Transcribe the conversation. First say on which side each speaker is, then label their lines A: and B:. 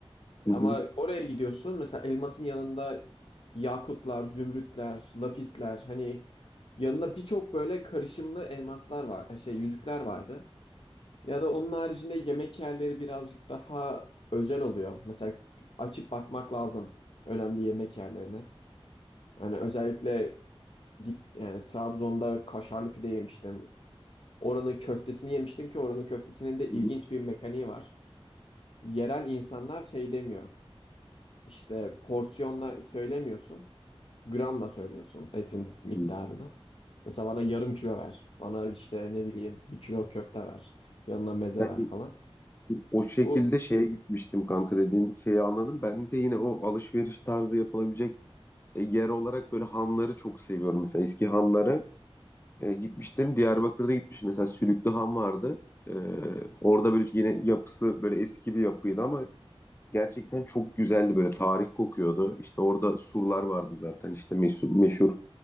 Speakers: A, on the left; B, on the left.
A: hı
B: Ama
A: hı,
B: oraya gidiyorsun mesela elmasın yanında yakutlar, zümrütler, lapisler hani yanında birçok böyle karışımlı elmaslar var şey yüzükler vardı. Ya da onun haricinde yemek yerleri birazcık daha özel oluyor. Mesela açıp bakmak lazım önemli yemek yerlerine. Yani özellikle git yani Trabzon'da kaşarlı pide yemiştim. Oranın köftesini yemiştim ki oranın köftesinin de
A: hı
B: ilginç
A: hı,
B: bir mekaniği var. Yerel insanlar şey demiyor. İşte porsiyonla söylemiyorsun, gramla söylüyorsun etin miktarını.
A: hı hı.
B: Mesela bana yarım kilo ver. Bana işte ne bileyim bir kilo köfte ver. Yanına meze
A: Ben
B: ver falan.
A: o şekilde
B: Bu
A: şeye gitmiştim kanka dediğin şeyi anladım. Ben de yine o alışveriş tarzı yapılabilecek e, yer olarak böyle hanları çok seviyorum. Mesela eski hanları e, gitmiştim. Diyarbakır'da gitmiştim. Mesela Sülüklü Han vardı. E, orada böyle yine yapısı böyle eski bir yapıydı ama Gerçekten çok güzeldi böyle tarih kokuyordu. İşte orada surlar vardı zaten işte meşhur, meşhur